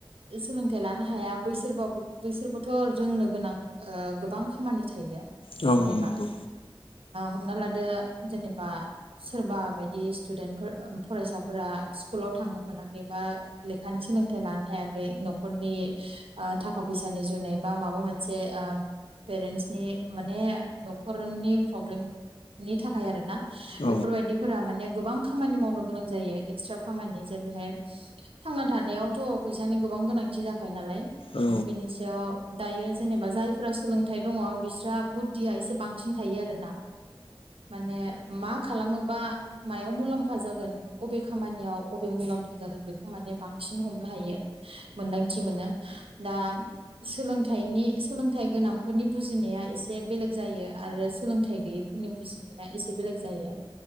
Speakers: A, on the right; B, on the left.
A: सोलोंथाइ लानो हाया। बैसोरबाबो बैसोरबोथ' रोंनो गोनां। ओह गोबां खामानि थायो जेनेबा।
B: औ नंगौ औ नंगौ औ नंगौ
A: हमना लादो जेनेबा सोरबा बायदि स्टुदेन्टफोर फरायसाफोरा स्कुलाव थांनो मोनाखैबा लेखानि सोलोंथाइ लानो हायाखै न'खरनि ओ थाखा फैसानि जुनै बा माबा मोनसे ओ पेरेन्टसनि माने न'खरनि प्रब्लेम नि थाखाय आरो ना
B: औ
A: बेफोरबायदिफोरा माने गोबां खामानि मावनो गोनां जायो एक्सट्रा खामानि जेरैहाय थांना थानायावथ' फैसानि गोबां गोनांथि जाखायो नालाय
B: औ
A: बेनि सायाव दायो जेनेबा जायफोरा सोलोंथाइ दङ बिस्रा बुद्धिया एसे बां साबसिन थायो आरोना माने मा खालामोबा मायाव मुलाम् खहा जागोन बबे खामानियाव बबे मुलाम्फा जागोन बेखौ माने बांसिन हमनो हायो। मोन्दांथि मोनो। दा सोलोंथाइनि सोलोंथाइ गोनांफोरनि बुजिनाया एसे बेलेग जायो आरो सोलोंथाइ गैयै फोरनि बुजिनाया एसे बेलेग जायो।